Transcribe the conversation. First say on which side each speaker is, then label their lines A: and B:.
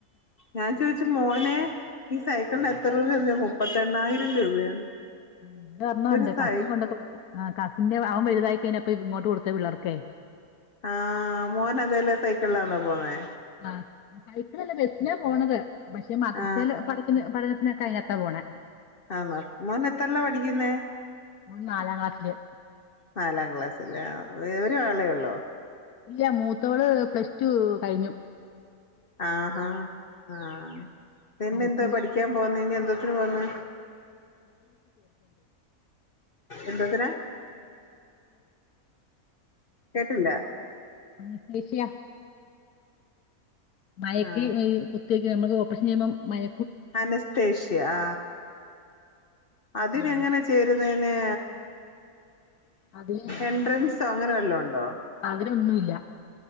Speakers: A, on the left; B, on the left.
A: ഞാൻ ചോയ്ച്ചു മോനെ ഈ സൈക്കിളിന് എത്ര രൂപയ്ണ്ട് മുപ്പത്തി എണ്ണായിരം രൂപയാണ്
B: ഇവിടെ ഒന്ന്ണ്ട്
A: ഒരു സൈ
B: കസിൻ കൊണ്ട് കൊടുത്ത് കസിന്റെ വലുതായി കഴിഞ്ഞപ്പം ഇങ്ങോട്ട് കൊടുത്ത് പിള്ളേർകെ
A: ആ മോന് അതേല്ല സൈക്കിളിലാ ന്നേ പോന്നേ
B: ആ സൈകളല്ല ബെസിനാ പോണത് പക്ഷെ മാതൃസയില്
A: ആ
B: പഠ പട <unintelligible>
A: ആന്നാ മോന് എത്ര ല്ലാ പഠിക്കുന്നേ
B: ഓൻ നാലാം ക്ലാസ്സില്
A: നാലാം ക്ലാസ്സിലാ എവര് ആള്ളെയേള്ളോ
B: ഇല്ല മൂത്ത മൂത്തോള് പ്ലസ് ടു കഴിഞ്ഞു
A: ആ ഹാ ആ പിന്നെ
B: അയ്ക്കോളും
A: എന്താ പഠിക്കാൻ
B: <unintelligible>
A: പോന്നേ ഇനി എന്തോത്തിന് പോന്ന് എന്തോത്തിനാ കേട്ടില്ല
B: അനഷെഷ്യ മയക്കി
A: ആ
B: കുത്ത നമ്മക്ക് ഓപ്പറേഷൻ ചെയ്യുമ്പം മയ
A: അനസ്തേഷ്യ ആ അതിനെങ്ങനെ
B: അതിന്
A: ചേരുന്നെ ഏ
B: അതിന്
A: എൻട്രൻസാ അങ്ങനെ വല്ലം ഉണ്ടോ
B: അതിനൊന്നുല്ല